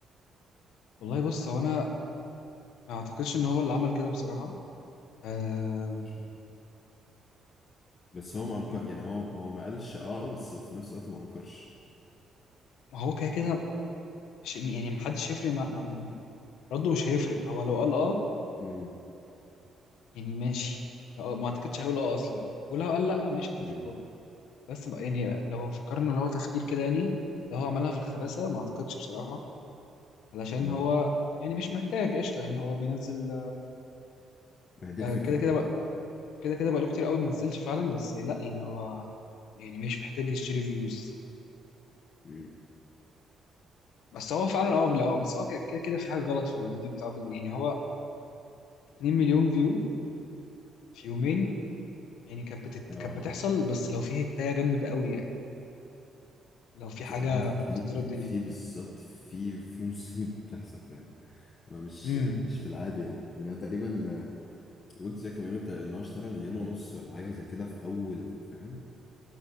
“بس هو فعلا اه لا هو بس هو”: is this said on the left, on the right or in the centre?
Left